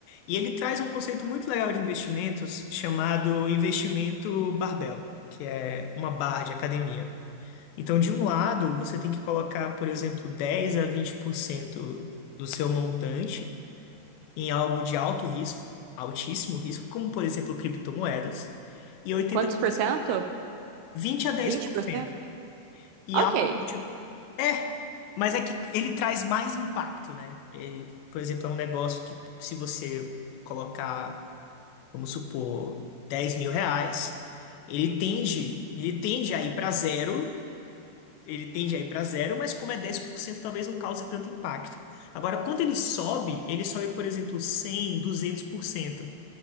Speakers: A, on the left; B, on the right.
A: e ele traz um conceito muito legal de investimentos chamado investimento barbell, que é uma barra de academia. Então, de um lado, você tem que colocar, por exemplo, 10 a 20% do seu montante em algo de alto risco, altíssimo risco, como por exemplo criptomoedas, e 80%,
B: Quantos por cento?
A: 20 a dez
B: Vinte
A: por
B: por
A: cento
B: cento.
A: E
B: Ok.
A: algo de... É, mas é que ele traz mais impacto, né? Ele, por exemplo, é um negócio que se você colocar, vamos supor, dez mil reais, ele tende, ele tende a ir para zero, ele tende a ir para zero, mas como é 10%, talvez não cause tanto impacto. Agora, quando ele sobe, ele sobe, por exemplo, cem, duzentos por cento.